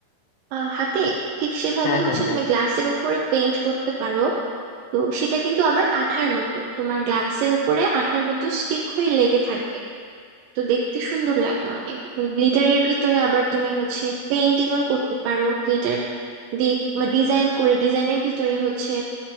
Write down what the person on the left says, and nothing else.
হ্যাঁ হ্যাঁ
হ্যাঁ